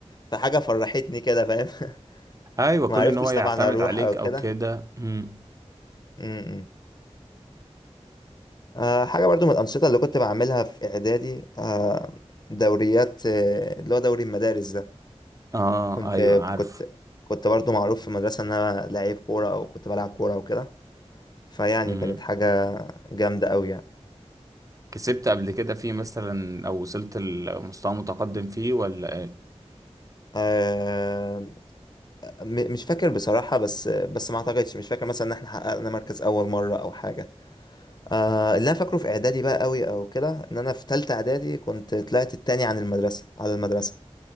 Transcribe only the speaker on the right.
ايوه كون
ان هو يعتمد
عليك
او
كده مم.
اه
ايوه عارف
مم.
كسبت قبل كده فيه مثلا او وصلت لمستوى متقدم فيه ولا ايه